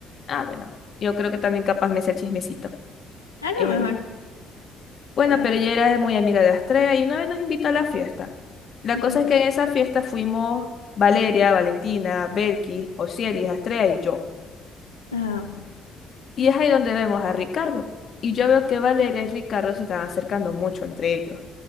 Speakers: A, on the left; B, on the left.
A: Ah, bueno. Yo creo que también capaz me sé el chismecito.
B: A
A: Eh,
B: lo mejor,
A: Bueno,
B: pero
A: pero
B: ajá.
A: ella era muy amiga de Astrea y una vez nos invitó a la fiesta. La
B: Ujú.
A: cosa es que en esa fiesta fuimos Valeria, Valentina, Belkis, Osiris, Astrea y yo.
B: Ajá.
A: Y es ahí donde vemos a Ricardo. Y yo veo que Valeria y Ricardo se están acercando mucho entre ellos.